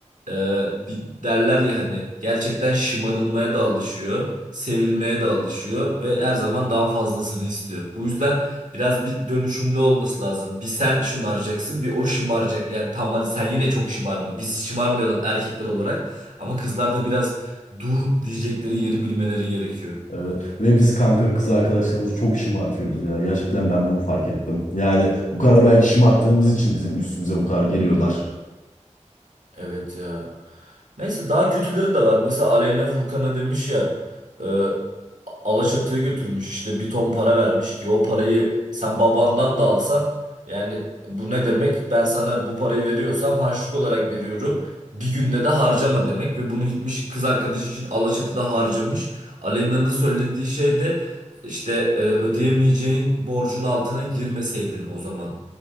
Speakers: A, on the right; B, on the left.
A: Ee, bir derler ya hani gerçekten şımarılmaya da alışıyor, sevilmeye de alışıyor ve her zaman daha fazlasını istiyor. Bu yüzden biraz bir dönüşümlü olması lazım. Bir sen şımaracaksın, bir o şımaracak. Yani tamam, hadi sen yine çok şımarma. Biz şımarmayalım erkekler olarak ama kızlar da biraz dur diyecekleri yeri bilmeleri gerekiyor.
B: Evet ve biz kanka kız arkadaşlarımızı çok şımartıyoruz ya. Gerçekten ben bunu fark ettim. Yani bu kadar belki şımarttığımız için bizim üstümüze bu kadar geliyorlar.
A: Evet ya. Neyse daha kötüleri de var. Mesela Aleyna Furkan'a demiş ya e, Alaçatı'ya götürmüş işte bir ton para vermiş ki o parayı sen babandan da alsan yani bu ne demek? Ben sana bu parayı veriyorsam harçlık olarak veriyorum. Bir günde de harcama demek ve bunu gitmiş kız arkadaşı için Alaçatı'da harcamış. Aleyna'nın söylediği şey de işte e, ödeyemeyeceğin borcun altına girmeseydin o zaman.